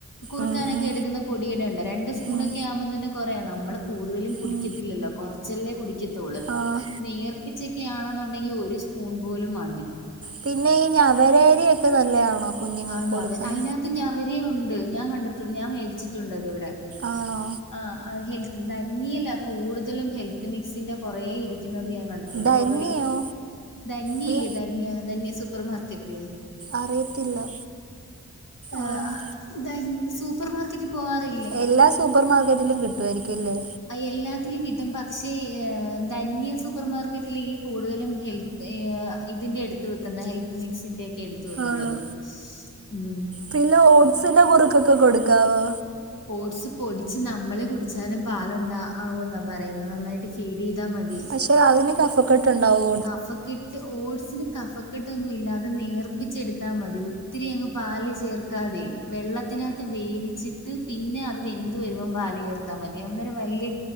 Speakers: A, on the left; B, on the right.
A: കുറുക്കാനൊക്കെ
B: ഉം ഉം
A: എടുക്കുന്ന പൊടിയെന്നൊണ്ട് രണ്ട് സ്പൂണൊക്കെ
B: ഉം
A: ആവുമ്പം തന്നെ കൊറെ നമ്മള് കൂടുതലും കുടിക്കത്തില്ലല്ലോ
B: ഉം
A: കൊറച്ചല്ലേ കുടിക്കത്തൊള്ളു
B: ആഹ്
A: നേർ പ്പിച്ചൊക്കാണെന്നുണ്ടെങ്കി ഒരു സ്പൂൺ പോലും മതി
B: പിന്നെ ഈ ഞ്ഞവരരിയൊക്കെ നല്ലയാണോ കുഞ്ഞുങ്ങൾക്ക്
A: ആഹ് ഞവ
B: കൊടുക്കാൻ
A: അയ്നാത്ത് ഞവരേ ഒണ്ട് ഞാൻ കണ്ടിട്ടുണ്ട് ഞാൻ വേടിച്ചിട്ടുണ്ട് അത് വടെ
B: ആണോ
A: ആഹ് അത് ഹെൽ ധന്യേലാ കൂടുതലും ഹെൽത്ത് മിക്സിന്റെ കൊറെ ഇരിക്കുന്നത് ഞാൻ കൺ ട്ടുണ്ട്
B: ധന്യോ
A: കൊറെ ധന്യ
B: അത്
A: ഇല്ലേ ധന്യ ധന്യ സൂപ്പർ മാർക്കറ്റ്
B: അറിയത്തില്ല
A: ഹ
B: ആഹ്
A: ഇതെൻ സൂപ്പർ മാർക്കറ്റ് പോവാറെ
B: എല്ലാ സൂപ്പർ മാർക്കറ്റിലും കിട്ട്വായിരിക്ക്യും. അല്ലെ.
A: എല്ലാത്തിലും കിട്ടും. പക്ഷേ ധന്യ സൂപ്പർമാർക്കറ്റില് ഈ കൂടുതലും ഹെൽത്ത് ഇതിന്റെ എടുത്ത് വെക്കുന്നെ. ഹെൽത്ത് മിക്സിന്റെ ഒക്കെ എടുത്ത വെക്കുന്നത്
B: ആണോ
A: ഉം.
B: പിന്നെ ഓട്ട്സിന്റെ കുറുക്കൊക്കെ കൊടുക്കാവോ.
A: ഓട്സ് പൊടിച്ച് നമ്മള് കുടിച്ചാലും പാലുണ്ടാ ആകു ഇന്നാ പറയുന്നത്. നന്നായിട്ട് ഫീഡ് ചെയ്താൽ മതി.
B: പക്ഷെ അതിന് കഫ കെ ക്കെട്ടുണ്ടാവൊ.
A: കഫക്കെട്ട് ട്ട്. ഓട്സിന് കഫക്കെട്ടൊന്നും ഇല്ല. അത് നേർപ്പിച്ചെടുത്താമതി. ഒത്തിരി അങ്ങ് പാൽ ചേർക്കാതെ. വെള്ളത്തിനകത്ത് വേവിച്ചിട്ട് പിന്നെ അത് വെന്ത് വരുമ്പം പൽചോർത്താൽ മതി. അന്നേരം വല്യ